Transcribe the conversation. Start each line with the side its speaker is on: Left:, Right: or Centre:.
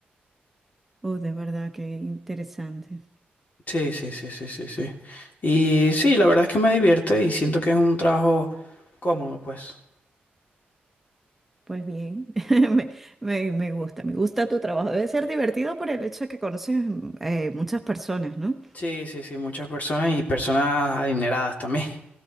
Centre: Oh, de verdad, qué interesante.
Left: Sí, sí, sí, sí, sí, sí. Y sí, la verdad es que me divierte y siento que es un trabajo cómodo, pues.
Centre: Pues bien, <laughs> me, me- me gusta, me gusta tu trabajo. Debe ser divertido por el hecho de que conoces mm, eh, muchas personas, ¿no?
Left: Sí, sí, sí, muchas personas y personas adineradas también. <laughs>